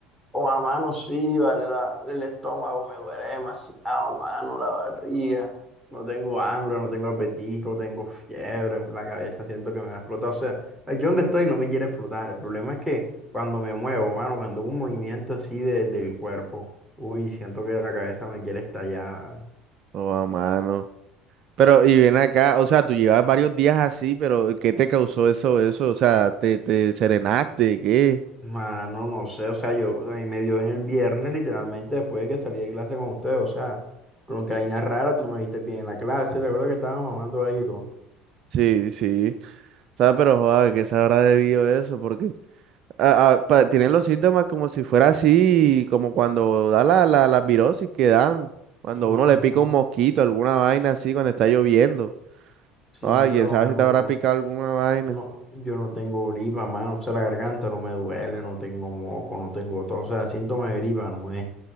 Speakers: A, in the centre; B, on the right.
A: Oh, a mano sí, vale, la- el estómago me duele demasiado, mano, la barriga. No tengo hambre, no tengo apetito, tengo fiebre, la cabeza siento que me va a explotar. O sea, aquí donde estoy no me quiere explotar. El problema es que cuando me muevo, mano, cuando hago un movimiento así de, del cuerpo, uy, siento que la cabeza me quiere estallar.
B: Oh, ah, mano. Pero, y ven acá, o sea, tú llevas varios días así, pero ¿qué te causó eso, eso? O sea, ¿te, te serenaste? ¿Qué?
A: Mano, no sé, o sea, yo ahí me dio en el viernes, literalmente después de que salí de clase con ustedes, o sea, con que vaina rara, tú me viste bien en la clase, te acuerdas que estábamos mamando ahí y todo.
B: Sí, sí. O sea, pero, joder, ¿qué se habrá debido eso? Porque a- a- pa- tienen los síntomas como si fuera así, como cuando da la, la, la virosis que dan, cuando
A: Ujú,
B: uno le pica un mosquito, alguna vaina así, cuando está lloviendo.
A: Sí,
B: Ay,
A: pero
B: quién sabe
A: mano,
B: si te habrá picado alguna vaina.
A: no, no, yo no tengo gripa, mano, o sea, la garganta no me duele, no tengo moco, no tengo todo, o sea, síntoma de gripa no es,